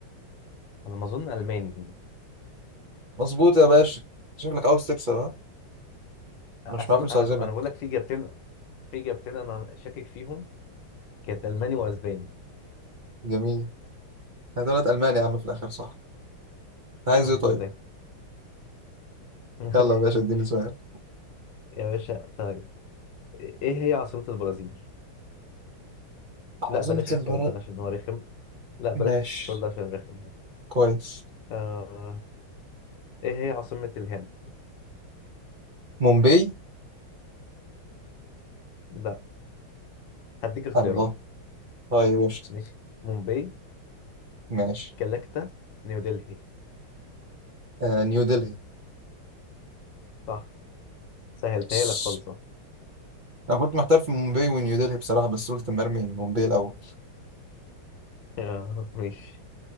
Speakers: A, on the left (about 65°); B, on the right (about 75°).
A: على ما اظن الماني
B: مظبوط يا باشا شكلك عاوز تكسب ها
A: اصل
B: انا مش معايا فلوس
A: انا
B: اعزمك
A: انا أنا بقول لك في اجابتين في اجابتين انا شاكك فيهم كانت الماني واسباني
B: جميل انا طلعت الماني يا عم في الاخر صح انت عايز
A: آه، الحمد
B: ايه طيب
A: لله <laughs>
B: يلا يا باشا اديني سؤال
A: يا باشا طيب ايه هي عاصمة البرازيل؟
B: عاصمة
A: لا بلاش السؤال
B: البلد
A: ده عشان هو رخم لا بلاش
B: ماشي
A: السؤال ده عشان رخم
B: كويس
A: آه... ايه هي عاصمة الهند؟
B: مومباي
A: لا هديك اختيارات
B: الله طيب قشطة
A: ماشي مومباي
B: ماشي
A: كلكتة نيودلهي
B: آه نيو دلهي
A: صح سهلتها
B: بس
A: لك خالص أهو.
B: انا كنت محتار في مومباي ونيو دلهي بصراحة بس قلت مرمي مومباي الاول
A: <laughs> آه، ماشي